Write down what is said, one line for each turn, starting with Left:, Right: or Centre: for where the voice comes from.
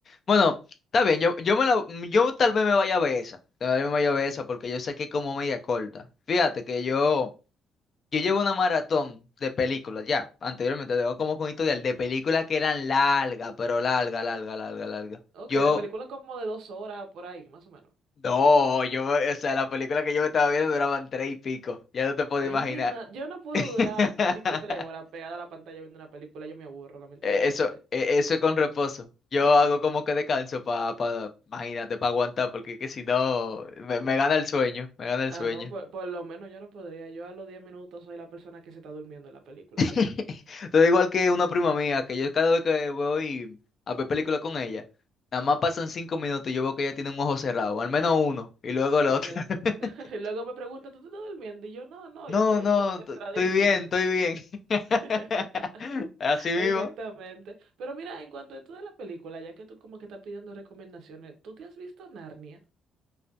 Left: Bueno, está bien, yo, yo me la, yo tal vez me vaya a ver esa, tal vez me vaya a ver esa porque yo sé que es como media corta. Fíjate que yo... Yo llevo una maratón de películas, ya, anteriormente, tengo como con historial de películas que eran largas, pero larga, larga, larga, larga.
Right: Ok,
Left: Yo,
Right: de película como de dos horas, por ahí, más o menos.
Left: no, yo, o sea, la película que yo me estaba viendo duraban tres y pico, ya no te puedo
Right: Ahí
Left: imaginar.
Right: misma, yo no puedo
Left: <laughs>
Right: durar, di tres horas pegada a la pantalla viendo una película, yo me aburro, lamentablemente.
Left: Eh, Eso, eh, eso es con reposo. Yo hago como que descanso para, pa, pa- imagínate, para aguantar, porque es que si no, me, me gana el sueño, me gana el
Right: Ah,
Left: sueño.
Right: no, por, por lo menos yo no podría, yo a los 10 minutos soy la persona que se está durmiendo en la película,
Left: <laughs> Todo igual que una prima mía, que yo cada vez que voy a ver películas con ella, nada más pasan cinco minutos y yo veo que ella tiene un ojo cerrado, al menos uno, y luego el
Right: Exacto.
Left: otro. <laughs>
Right: <laughs> Y luego me pregunta, ¿tú te estás durmiendo? Y yo, no, no,
Left: No,
Right: yo estoy
Left: no,
Right: concentradísima.
Left: t- estoy bien, estoy bien. <laughs>
Right: <laughs>
Left: Así mismo.
Right: Exactamente. Pero mira, en cuanto a esto de la película, ya que tú como que estás pidiendo recomendaciones, ¿tú te has visto Narnia?